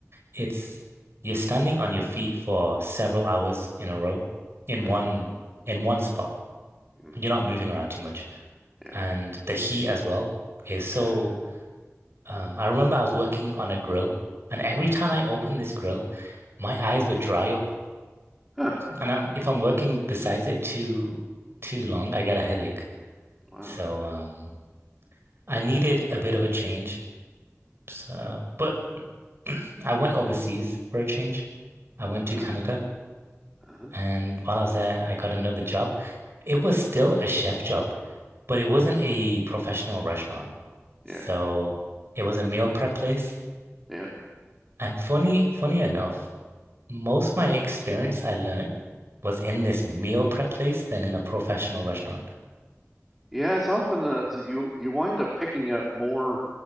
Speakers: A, on the right; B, in the centre.
A: It's you're standing on your feet for several hours in a row in
B: Mm,
A: one in one spot.
B: mm,
A: You're not moving around too much.
B: yeah.
A: And the heat as well is so
B: Yeah.
A: um, I remember I was working on a grill and every time I opened this grill, my eyes would dry up
B: Huh.
A: and I'm, if I'm working besides it too too long, I get a headache.
B: Wow.
A: So um, I needed a bit of a change. So, but I went overseas for a change. I went to
B: Huh.
A: Canada
B: Uh-huh.
A: And while I was there, I got another job. It was still a chef job, but it wasn't a professional restaurant. So
B: Yeah.
A: it was a meal prep place.
B: Yeah.
A: And funny, funny enough, most of my experience I learned was in this meal prep place than in a professional restaurant.
B: Yeah, it's often a, it's- you you wind up picking up more